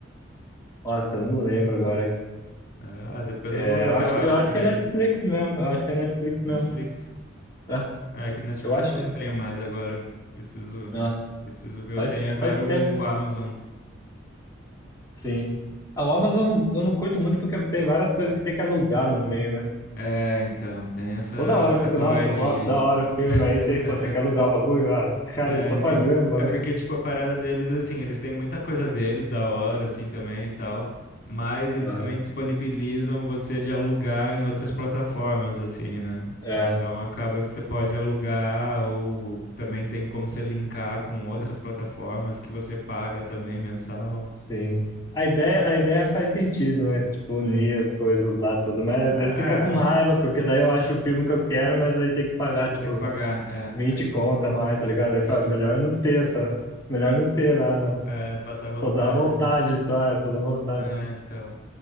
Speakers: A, on the left; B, on the left.
A: Nossa, eu não lembro agora.
B: Ah, depois
A: É,
B: eu vou ver
A: eu
B: se
A: acho
B: eu acho
A: que, eu acho
B: por
A: que
B: aí.
A: é Netflix mesmo, eu acho que é Netflix
B: Netflix?
A: mesmo. É,
B: É, que Netflix
A: eu acho
B: eu
A: que.
B: não tenho mais agora. Preciso,
A: ah,
B: preciso ver.
A: faz,
B: Eu tenho agora
A: faz tempo,
B: o Amazon.
A: sim. A Amazon eu não, eu não curto muito porque tem várias coisas que tem que alugar no meio, né?
B: É, então, tem essa,
A: Toda hora
B: essa
A: eu fico,
B: covardia
A: nossa, ó, que da
B: aí.
A: hora o filme,
B: <laughs>
A: aí tem, pô, tem que alugar o bagulho, ah, cara,
B: É,
A: eu tô
B: então.
A: pagando o bagulho.
B: É porque, tipo, a parada deles, assim, eles têm muita coisa deles, da hora, assim, também e tal. Mas eles
A: Aham,
B: também disponibilizam você de alugar em outras plataformas, assim, né?
A: É,
B: Então acaba que você pode alugar ou também tem como você linkar com outras plataformas que você paga também mensal.
A: Sim. A ideia, a ideia faz sentido, né? Tipo, unir as coisas lá, tudo,
B: É,
A: mas às vezes fica com raiva,
B: é,
A: porque daí eu acho o filme que eu quero, mas aí tem que pagar,
B: você
A: tipo,
B: tem que pagar, é.
A: 20 conta a mais, tá ligado? Aí fala,
B: Sim.
A: melhor não ter, essa, melhor não ter lá, na-
B: É, passar vontade,
A: só dá vontade,
B: né?
A: só, é, só dá vontade.
B: É, então.